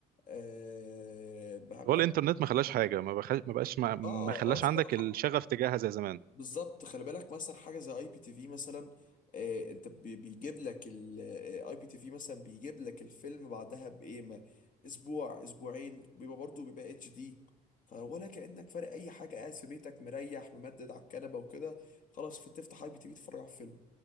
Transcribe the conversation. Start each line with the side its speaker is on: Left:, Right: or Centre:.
Left: آه بحب
Right: هو الانترنت ما خلاش حاجه ما بخ... ما بقاش ما, ما
Left: اه
Right: خلاش
Left: اه الصراحه
Right: عندك الشغف تجاهها زي زمان
Left: بالظبط خلي بالك مثلا حاجه زي اي بي تي في مثلا آه انت بي- بيجيب لك الاي بي تي في مثلا بيجيب لك الفيلم بعدها بايه ما اسبوع اسبوعين وبيبقى برضه بيبقى اتش دي فولا كانك فارق اي حاجه قاعد في بيتك مريح ممدد على الكنبه وكده خلاص فتفتح اي بي تي في تتفرج على فيلم